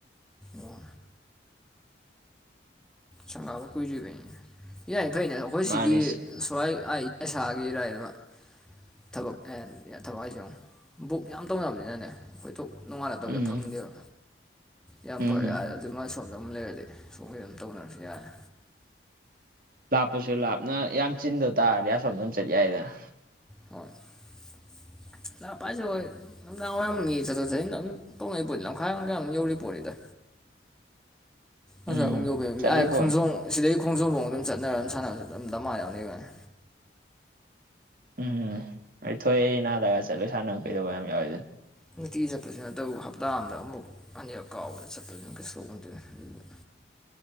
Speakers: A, in the centre; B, on the right.
A: ꯑꯣ꯫ ꯁꯪꯒꯥꯕ ꯀꯨꯏꯗꯔꯤꯕꯩꯅꯤꯅꯦ ꯌꯥꯏ ꯐꯩꯅꯦ ꯑꯩꯈꯣꯏ
B: ꯃꯥꯅꯤꯁꯦ
A: ꯁꯤꯒꯤ꯫ ꯁꯋꯥꯏ ꯑꯩ ꯌꯥ ꯁꯥꯒꯦꯔꯥꯏꯗꯃ ꯊꯕꯛ <unintelligible> ꯊꯕꯛ ꯍꯥꯏꯁꯤꯌꯣ ꯕꯨꯛ ꯌꯥꯝ ꯇꯧꯅꯕꯅꯤꯅꯅꯦ ꯑꯩꯈꯣꯏ꯫ ꯇꯣꯛ ꯅꯨꯡꯉꯥꯟꯂ ꯇꯧꯒꯦ
B: ꯎꯝ
A: ꯐꯪꯗꯦꯕ꯫ ꯌꯥꯝ
B: ꯎꯝ
A: ꯐꯔꯦ
B: ꯎꯝ
A: ꯑꯗꯨꯃꯥꯏ ꯁꯣꯝꯗ ꯑꯃꯝ ꯂꯩꯔꯗꯤ ꯁꯣꯝꯒꯤ ꯑꯗꯨꯝ ꯇꯧꯅꯔꯁꯨ ꯌꯥꯏꯔꯦ꯫
B: ꯂꯥꯞꯄꯁꯨ ꯂꯥꯞꯅ ꯌꯥꯝ ꯆꯤꯟꯗ ꯇꯥꯔꯗꯤ ꯑꯁꯣꯝꯗ ꯑꯗꯨꯝ ꯆꯠꯄ ꯌꯥꯏꯗꯅ꯫
A: ꯍꯣꯏ <unintelligible> ꯍꯣꯏ꯫ ꯅꯨꯡꯗꯥꯡ ꯋꯥꯏꯔꯝ ꯃꯤ ꯆꯠꯊꯣꯛ ꯆꯠꯁꯤꯟ ꯑꯗꯨꯝ ꯇꯧꯅꯔꯤ ꯄꯣꯠꯅꯤ ꯂꯝꯈꯥꯏꯒ ꯀꯩꯒꯥꯡ ꯑꯗꯨꯝ ꯌꯧꯔꯤ ꯄꯣꯠꯅꯤꯗ꯫ ꯑꯁꯨꯋꯥꯏꯕꯣꯡ
B: ꯎꯝ
A: ꯌꯧꯕꯩꯔ ꯈꯪꯗꯦ
B: ꯆꯠꯂꯤ
A: ꯑꯥꯏ
B: ꯄꯣꯠꯅꯤ
A: ꯈꯣꯡꯖꯣꯝ ꯁꯤꯗꯒꯤ ꯈꯣꯡꯖꯣꯝꯐꯥꯎ ꯑꯗꯨꯝ ꯆꯠꯅꯔ ꯑꯗꯨꯝ ꯁꯥꯟꯅꯕꯁꯤꯗ ꯑꯗꯨꯝ ꯗꯃꯥ ꯌꯥꯎꯅꯩ ꯕꯥꯏꯅꯤ꯫
B: ꯎꯝ ꯑꯩ ꯊꯣꯛꯑꯦ ꯅꯥꯗꯒꯥ ꯆꯠꯂꯒ ꯁꯥꯟꯅꯕ ꯀꯩꯗꯧꯕ ꯌꯥꯝ ꯌꯥꯎꯋꯤꯗꯨꯅꯤ꯫
A: ꯅꯨꯡꯇꯤ ꯆꯠꯄꯁꯨ ꯅꯠꯇꯕꯨ ꯍꯞꯇꯥ ꯑꯃꯗ ꯑꯃꯨꯛ ꯑꯅꯤꯔꯛ ꯀꯥꯎꯕꯗ ꯆꯠꯄꯁꯤꯅ ꯀꯩꯁ ꯇꯧꯕꯣꯟꯇꯦ ꯑꯗꯨꯏꯕꯨꯗꯤ꯫